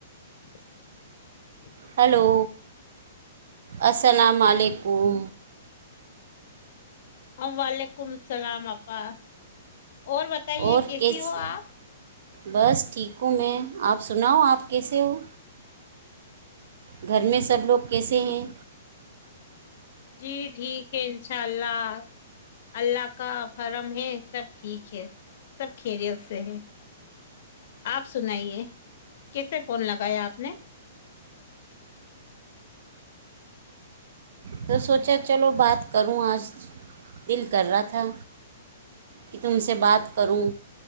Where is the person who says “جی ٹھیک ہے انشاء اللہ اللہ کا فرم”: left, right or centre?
Left